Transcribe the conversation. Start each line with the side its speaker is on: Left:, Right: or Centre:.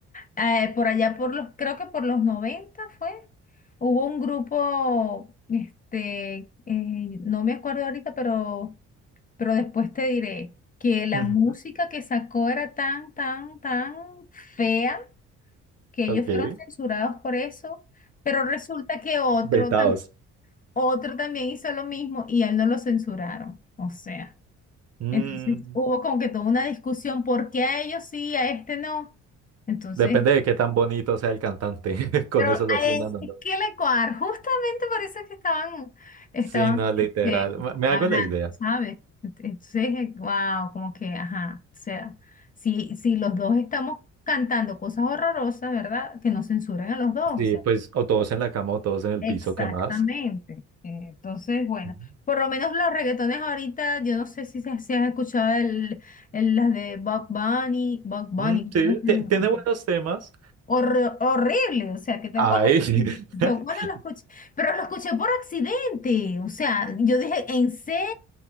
Left: Eh, por allá por los, creo que por los 90 fue, hubo un grupo, este, eh, no me acuerdo ahorita, pero, pero después te diré que la
Right: <laughs>
Left: música que sacó era tan, tan, tan fea que ellos
Right: Ok.
Left: fueron censurados por eso, pero resulta que otro,
Right: Vetados.
Left: tam- otro también hizo lo mismo y a él no lo censuraron. O sea,
Right: Mm,
Left: entonces hubo como que toda una discusión, ¿por qué a ellos sí, a este no? Entonces,
Right: depende de qué tan bonito sea el cantante. <laughs> Con
Left: pero
Right: eso
Left: a
Right: lo fundan
Left: él,
Right: o no.
Left: ¿qué le coar? Justamente por eso es que estaban, estaban
Right: Sí, no, literal.
Left: este,
Right: Me me hago
Left: hablando,
Right: la idea.
Left: ¿sabes? Entonces, wow, como que, ajá, o sea, si, si los dos estamos cantando cosas horrorosas, ¿verdad? Que no censuren a los dos.
Right: Sí,
Left: o sea,
Right: pues, o todos en la cama o todos en el
Left: Exactamente.
Right: piso, ¿qué más?
Left: Eh, Entonces, bueno,
Right: Ujú.
Left: por lo menos los reggaetones ahorita, yo no sé si, se- si has escuchado el, el- las de Bob Bunny, Bob Bunny,
Right: Mm, sí,
Left: yo no sé,
Right: ti- tiene
Left: ajá.
Right: buenos temas.
Left: Hor- horrible, o sea, ¿qué te
Right: Ay,
Left: puedo decir? Yo
Right: <laughs>
Left: cuando lo escuché, pero lo escuché por accidente, o sea, yo dije, ¿en serio?